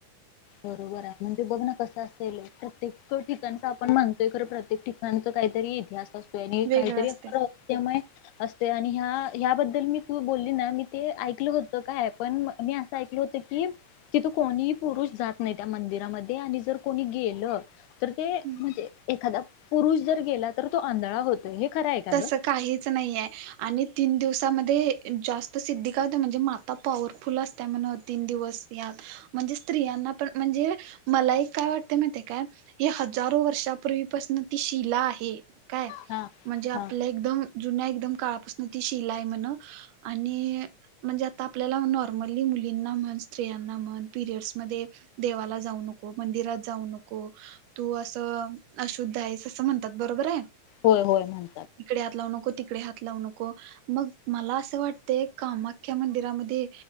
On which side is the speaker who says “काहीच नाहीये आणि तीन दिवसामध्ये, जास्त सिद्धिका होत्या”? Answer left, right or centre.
Right